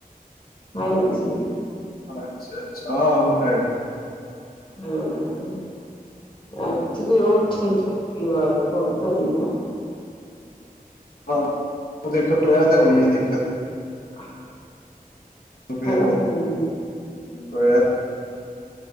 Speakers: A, on the left (about 30°); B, on the left (about 75°).
A: ਹਾਂਜੀ
B: ਅੱਛਾ ਅੱਛਾ ਆਹ ਹੋ ਹੈਗਾ
A: ਹਾਂ ਐਕਚੁਲੀ ਉਹ <unintelligible> ਆਈ ਬਹੁਤ ਆਈ ਨਾ
B: ਹਾਂ ਦੇਖਿਓ ਟੋਇਆਂ ਤੇ ਆਉਣੀ ਆ ਦੇਖਿਓ
A: <unintelligible>
B: ਫਿਰ
A: ਹਾਂਜੀ-ਹਾਂਜੀ,
B: ਆਊਗੀ ਜਤਾਇਆ